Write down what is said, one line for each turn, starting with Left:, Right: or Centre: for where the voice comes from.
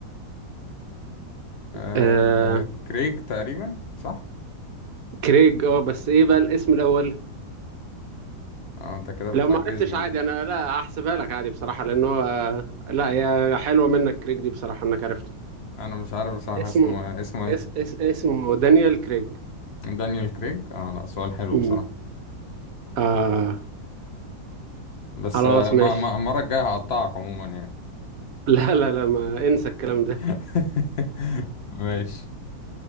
Left: آه...
Right: آه.
Left: كريج تقريبا صح؟
Right: كريج اه بس ايه بقى الاسم الاول
Left: اه أنت كده بتعجزني
Right: لو ما عرفتش عادي
Left: بقى
Right: انا لا هحسبها لك عادي بصراحة لانه آه، لا هي حلوة منك كريج دي بصراحة انك عرفت
Left: أنا مش عارف بصراحة
Right: اسمه
Left: اسمه إيه، اسمه إيه
Right: اس اس اسمه دانيال كريج
Left: دانيال كريج اه لا سؤال حلو
Right: امم
Left: بصراحة
Right: آه
Left: بس
Right: خلاص
Left: آه،
Right: ماشي
Left: ما ما المرة الجاية هقطعك عموما يعني
Right: <laughs> لا لا لا ما انسى الكلام ده
Left: <laughs> ماشي